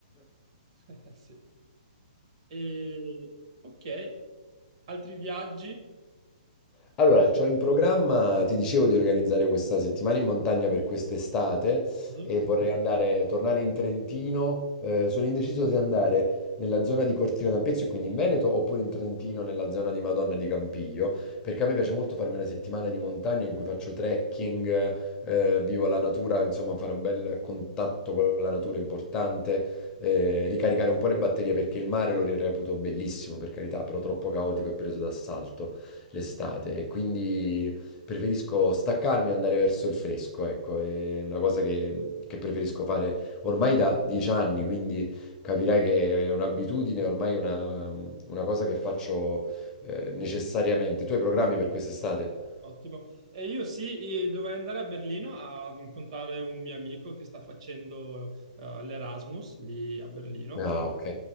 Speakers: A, on the right (about 50°); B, on the left (about 15°).
A: <laughs> Eh, Sì. E, ok, altri viaggi?
B: Allora, c'ho in programma, ti dicevo di organizzare questa settimana in montagna per quest'estate
A: Mhm.
B: e vorrei Mhm. andare, tornare in Trentino. Eh, sono indeciso se andare nella zona di Cortina d'Ampezzo e quindi in Veneto oppure in Trentino nella zona di Madonna di Campiglio, perché a me piace molto farmi una settimana di montagna in cui faccio trekking, eh, vivo la natura, insomma fare un bel contatto con la natura è importante, eh, ricaricare un po' le batterie perché il mare lo reputo bellissimo, per carità, però troppo caotico e preso d'assalto l'estate e quindi preferisco staccarmi e andare verso il fresco, ecco, è una cosa che, che preferisco fare ormai da dieci anni, quindi capirai che è un'abitudine, ormai una, una cosa che faccio eh, necessariamente. Tu hai programmi per quest'estate?
A: Ottimo. E io sì, eh, dovrei andare a Berlino ad incontrare un mio amico che sta facendo eh, l'Erasmus lì a Berlino.
B: Ah, ok.